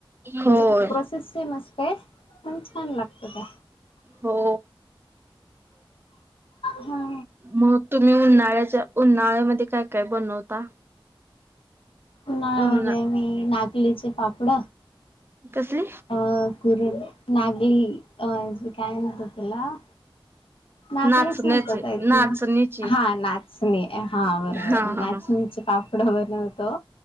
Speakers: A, on the left; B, on the right.
A: म्हणजे
B: होय
A: प्रोसेस स मस्त आहे प छान लागत का?
B: हो
A: हा
B: मग तुम्ही उन्हाळ्या उन्हाळ्यामध्ये काय काय बनवता?
A: उन्हाळ्यामध्ये
B: उन्हा
A: मी नाकलीचे पापड
B: कसली?
A: अ कुरड, नागली अ काय म्हत्यात तेला. नाकलीच
B: नाचण्याचे
A: म्हणतात आय
B: नाचणीची
A: थिंक. हा ना चनी हा बरोबर.
B: हा हा
A: नाचनीचे
B: हा
A: पापड बनवतो